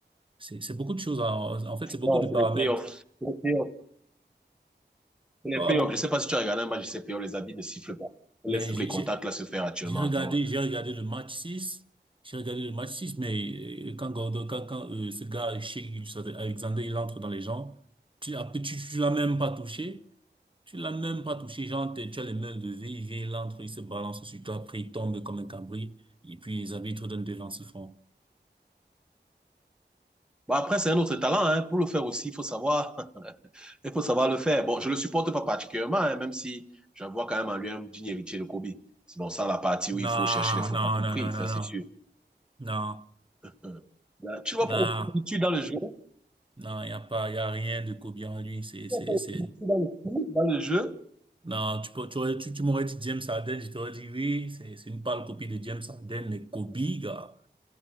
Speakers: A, on the right; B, in the centre.
A: c'est c'est beaucoup de choses. En, en fait, c'est beaucoup
B: Non,
A: de paramètres.
B: c'est les playoffs. C'est les playoffs. C'est les
A: Oh,
B: playoffs. Je ne sais pas si tu as regardé un match de ces playoffs, les habits ne sifflent pas. On
A: mais
B: laisse tous
A: j'ai
B: les contacts
A: j'ai-
B: là se faire actuellement.
A: J'ai regardé,
B: Donc,
A: j'ai regardé le match 6. J'ai regardé le match 6, mais euh, quand Gordon, quand, quand euh, ce gars, Shea- Alexander, il entre dans les gens, tu, après, tu, tu l'as même pas touché. Tu l'as même pas touché. Genre, t'es- tu as les mains levées, il vient, il entre, il se balance sur toi, après, il tombe comme un cambri. Et puis, les arbitres donnent des lance francs.
B: Bon, après, c'est un autre talent, hein. Pour le faire aussi, il faut savoir, <laughs> il faut savoir le faire. Bon, je le supporte pas particulièrement, hein, même si j'en vois quand même en lui un digne héritier de Kobe. C'est bon, ça, la partie où il
A: Non,
B: faut chercher les fautes
A: non,
B: à tout
A: non,
B: prix,
A: non, non,
B: ça, c'est
A: non.
B: sûr.
A: Non,
B: Hum. Là, tu vas
A: non,
B: pas au foot, dans le jeu, tu
A: non, il n'y a pas, il n'y a rien de Kobe en lui. C'est, c'est,
B: vas pas au
A: c'est.
B: foot, dans le foot, dans le jeu,
A: Non, tu peux, tu aurais- tu, tu m'aurais dit James Harden, je t'aurais dit oui, c'est, c'est une pâle copie de James Harden, mais Kobe, gars.